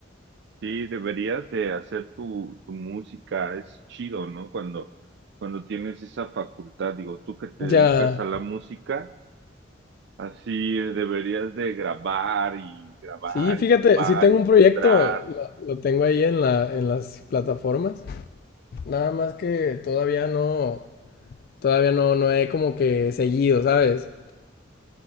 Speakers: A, on the right (about 65°); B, on the left (about 55°).
A: Sí, deberías de hacer tu, tu música, es chido, ¿no? Cuando, cuando tienes esa facultad, digo, tú que te dedicas
B: Ya,
A: a la música Así eh, deberías de grabar y grabar
B: sí, fíjate,
A: y grabar
B: si tengo
A: y
B: un
A: mostrar.
B: proyecto, lo, lo tengo ahí en la, en las plataformas. Nada más que todavía no, todavía no, no he como que seguido, ¿sabes?